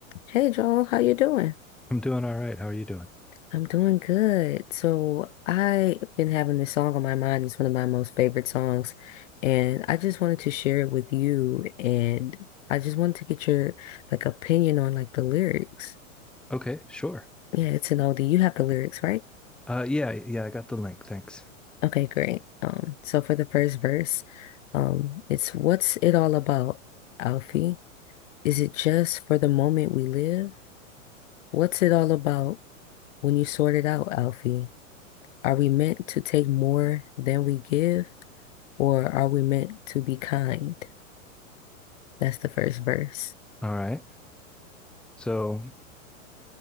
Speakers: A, on the left (about 65°); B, in the centre.
A: Hey Joel, how you doing?
B: I'm doing all right. How are you doing?
A: I'm doing good. So I've been having this song on my mind. It's one of my most favorite songs, and I just wanted to share it with you. And I just wanted to get your like opinion on like the lyrics.
B: Okay, sure.
A: Yeah, it's an oldie. You have the lyrics, right?
B: Uh, yeah, yeah, I got the link. Thanks.
A: Okay, great. Um, so for the first verse, um, it's what's it all about, Alfie? Is it just for the moment we live? What's it all about when you sort it out, Alfie? Are we meant to take more than we give, or are we meant to be kind? That's the first verse.
B: All right. So,